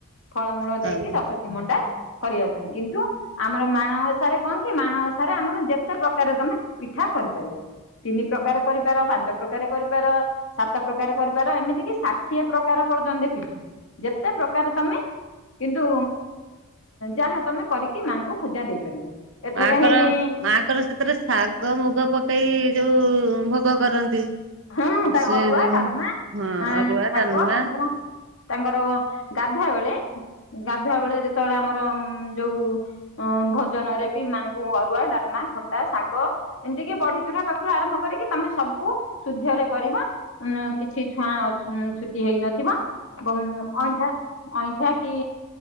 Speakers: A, on the left; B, on the right.
A: ଫଳମୂଳ
B: କଣ
A: ଦେଇକି ଦଶ ତିନ ମଣ୍ଡା କରିବା ପାଇଁ କିନ୍ତୁ ଆମର ମାଣବସାରେ କଣ କି ମାଣବସାରେ ଆମର ଯେତେ ପ୍ରକାରରେ ତମେ କଠା କରିପାରିବ ତିନି ପ୍ରକାର କରିପାର ପାଞ୍ଚ ପ୍ରକାର କରିପାର ସ ତ ପ୍ରକାର କରିପାର ଏମିତି କି ଷାଠିଏ ପ୍ରକାର ପର୍ଯ୍ୟନ୍ତ ପିଠା ଯେତେ ପ୍ରକାର ତମେ କିନ୍ତୁ ଯାହା ତମେ କରିକି ମାଙ୍କୁ ପୂଜା ଦେଇପାରିବ। ଏଥିରେ
B: ମାଙ୍କର
A: ହେଇ
B: ମାଙ୍କର ସେଥିରେ ଶାଗ ମୁଗ ପକେଇ ଯୋଉ ଭୋଗ କରନ୍ତି।
A: ହଁ ତା
B: ସେ
A: ଅରୁଆ
B: ଯୋଉ
A: ଡାଲମା
B: ହଁ
A: ଆ
B: ଅରୁଆ
A: ଶାଗ
B: ଡାଲମା
A: ତାଙ୍କର ତାଙ୍କର ଗାଧୁଆ ବେଳେ ଗାଧୁଆ ବେଳେ ଯେତେବେଳେ ଆମର ଯୋଉ ଭୋଜନ ରେ ବି ମାଆଙ୍କୁ ଅରୁଆ ଡାଲମା ଖଟା ଶାଗ ଏମତି କିି ବଢିଚୁରୁରା ପାଖରୁ ଆରମ୍ଭ କରିକି ତମେ ସବୁ ଶୁଦ୍ଧରେ କର ଉ କିଛି ଛୁଆଁ ଛୁତି ହେଇନଥିବ। ଅଇଁଠା ଅଇଁଠା କି?